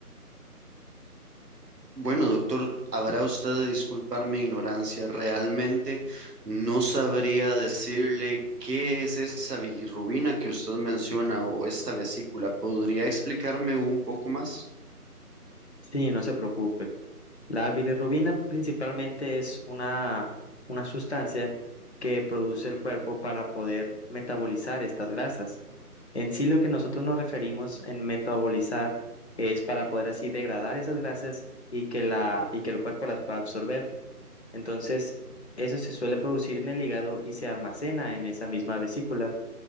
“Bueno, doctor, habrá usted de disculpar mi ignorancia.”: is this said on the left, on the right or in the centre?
Right